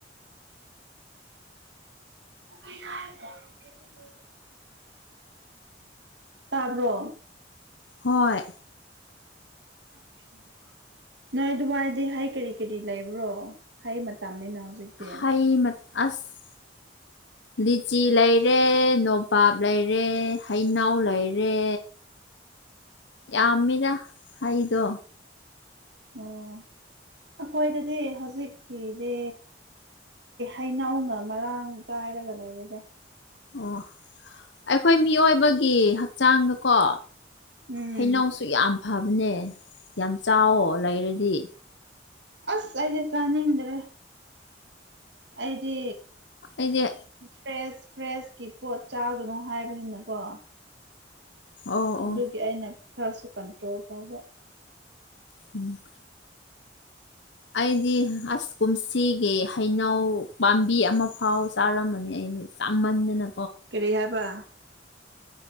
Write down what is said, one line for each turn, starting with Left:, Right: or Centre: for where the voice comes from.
Right: <unintelligible> <unintelligible> <unintelligible> ꯇꯥꯕ꯭ꯔꯣ
Left: ꯍꯣꯏ
Right: ꯑꯣ ꯅꯣꯏ ꯑꯗꯨꯏꯗꯤ ꯍꯥꯏ ꯀꯔꯤ ꯀꯔꯤ ꯂꯩꯕ꯭ꯔꯣ ꯍꯥꯏ ꯃꯇꯝꯅꯤꯅ ꯍꯧꯖꯤꯛꯇꯤ
Left: ꯍꯌꯃꯠ ꯑꯁ
Right: ꯎ
Left: ꯂꯤꯆꯤ ꯂꯩꯔꯦ ꯅꯣꯄꯥꯞ ꯂꯩꯔꯦ ꯍꯩꯅꯎ ꯂꯩꯔꯦ ꯌꯥꯝꯃꯤꯅ ꯍꯗꯣ
Right: ꯑꯣ ꯑꯩꯈꯣꯏꯗꯗꯤ ꯍꯧꯖꯤꯛꯀꯤꯗꯤ ꯍꯩꯅꯧꯅ ꯃꯔꯥꯡ ꯀꯥꯏꯔꯒ ꯂꯩꯔꯁꯦ
Left: ꯑꯣ ꯑꯩꯈꯣꯏ ꯃꯤꯑꯣꯏꯕꯒꯤ ꯍꯛꯆꯥꯡꯗꯀꯣ
Right: ꯎꯝ
Left: ꯍꯩꯅꯧꯁꯨ ꯌꯥꯝ ꯐꯕꯅꯦ ꯌꯥꯝ ꯆꯥꯎꯋꯣ ꯂꯩꯔꯗꯤ
Right: ꯑꯁ ꯑꯩꯗꯤ ꯆꯅꯤꯡꯗ꯭ꯔꯦ ꯑꯩꯗꯤ
Left: ꯑꯗꯤ
Right: ꯐ꯭ꯔꯦꯁ ꯐ꯭ꯔꯦꯁꯀꯤ ꯄꯣꯠ ꯆꯥꯒꯅꯨ ꯍꯥꯏꯕꯅꯤꯅꯀꯣ
Left: ꯑꯣ
Right: ꯑꯗꯨꯒꯤ
Left: ꯑꯣ
Right: ꯑꯩꯅ ꯈꯔꯁꯨ ꯀꯟꯇ꯭ꯔꯣꯜ ꯇꯧꯕ
Left: ꯎꯝ ꯑꯩꯗꯤ ꯑꯁ ꯀꯨꯝꯁꯤꯒꯤ ꯍꯩꯅꯧ ꯄꯥꯝꯕꯤ ꯑꯃ ꯐꯥꯎ ꯆꯥꯔꯝꯕꯅꯤ ꯑꯩ ꯁꯃꯥꯅꯅ
Right: ꯀꯦꯔꯤ ꯍꯥꯏꯕ